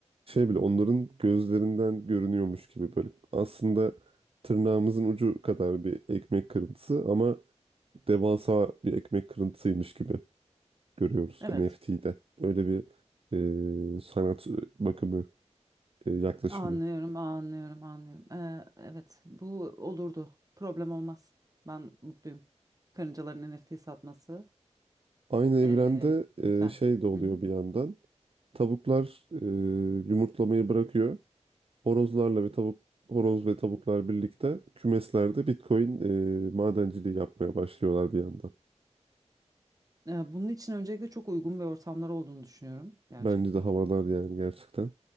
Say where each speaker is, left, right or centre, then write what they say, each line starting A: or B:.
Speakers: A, on the right (about 55°); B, on the right (about 30°).
A: Şey bile onların gözlerinden görünüyormuş gibi böyle. Aslında tırnağımızın ucu kadar bir ekmek kırıntısı ama devasa bir ekmek kırıntısıymış gibi görüyoruz
B: Evet.
A: NFT'de. Öyle bir e, sanat e, bakımı, e, yaklaşımı.
B: Anlıyorum, anlıyorum, anlıyorum. Ee, evet, bu olurdu. Problem olmaz. Ben mutluyum. Karıncaların NFT satması
A: Aynı evrende
B: ee, güzel.
A: e, şey de oluyor
B: Hı hı.
A: bir yandan. Tavuklar e, yumurtlamayı bırakıyor. Horozlarla ve tavuk horoz ve tavuklar birlikte kümeslerde Bitcoin e, madenciliği yapmaya başlıyorlar bir yandan.
B: Ee, bunun için öncelikle çok uygun bir ortamlar olduğunu düşünüyorum gerçekten.
A: Bence de havalar yani gerçekten.